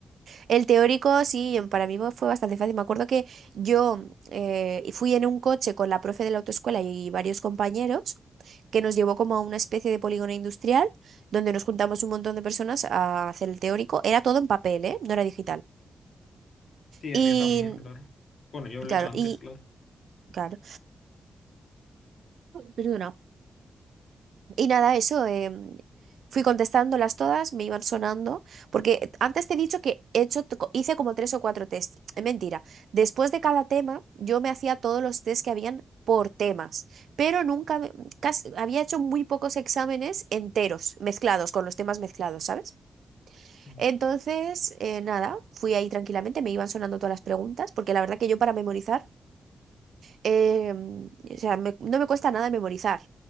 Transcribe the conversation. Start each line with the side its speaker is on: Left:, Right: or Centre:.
Right: El teórico, sí, em, para mí fue fue bastante fácil. Me acuerdo que yo eh, fui en un coche con la profe de la autoescuela y varios compañeros. que nos llevó como a una especie de polígono industrial donde nos juntamos un montón de personas a hacer el teórico. Era todo en papel, ¿eh? No era digital.
Left: Sí, el
Right: Y
Left: mío también, claro. Bueno, yo lo
Right: claro,
Left: he hecho antes,
Right: y
Left: claro.
Right: claro, perdona. Y nada, eso, em, fui contestándolas todas, me iban sonando, porque antes te he dicho que he hecho, t- co- hice como tres o cuatro test. Es mentira. Después de cada tema, yo me hacía todos los test que habían por temas, pero nunca, me- casi- había hecho muy pocos exámenes enteros, mezclados, con los temas mezclados, ¿sabes?
Left: Mm.
Right: Entonces, eh, nada, fui ahí tranquilamente, me iban sonando todas las preguntas, porque la verdad que yo para memorizar, eh, o sea, me- no me cuesta nada memorizar.